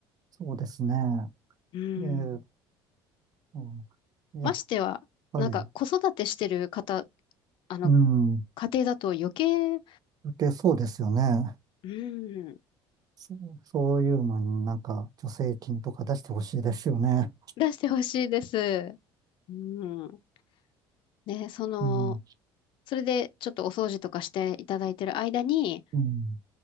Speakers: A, on the right; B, on the left.
A: そうですね。
B: うん。
A: えー、うん、やっ
B: ましては、
A: ぱり、
B: なんか子育てしてる方あの、
A: うん、
B: 家庭だと余計、
A: 受けそうですよね。
B: うん、
A: そ、そういうのになんか助成金とか出してほしいですよね。
B: 出してほしいです。うん。ね、その、
A: うん、
B: それでちょっとお掃除とかしていただいてる間に、
A: うん、